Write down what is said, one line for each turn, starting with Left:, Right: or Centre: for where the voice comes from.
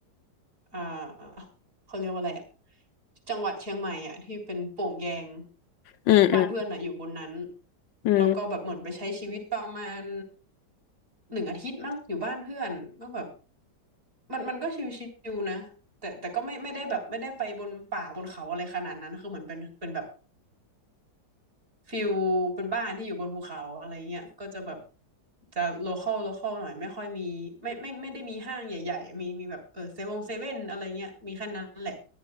Right: อ่าเขาเรียกว่าอะไรอะจังหวัดเชียงใหม่อะที่เป็นโป่งแยง
Left: อืมอืม
Right: บ้านเพื่อนอะอยู่บนนั้น
Left: อืม
Right: แล้วก็แบบเหมือนไปใช้ชีวิตประมาณหนึ่งอาทิตย์มั้งอยู่บ้านเพื่อนก็แบบมันมันก็ชิวๆนะแต่แต่ก็ไม่ไม่ได้แบบไม่ได้ไปบนป่าบนเขาอะไรขนาดนั้นคือเหมือนเป็นเป็นแบบ ฟิลเป็นบ้านที่อยู่บนภูเขาอะไรเงี้ยก็จะแบบจะโลคอลโลคอลหน่อยไม่ค่อยมีไม่ไม่ไม่ได้มีห้างใหญ่ๆมีมีแบบเออเซเว่นเซเว่นอะไรเงี้ยมีแค่นั้นแหละ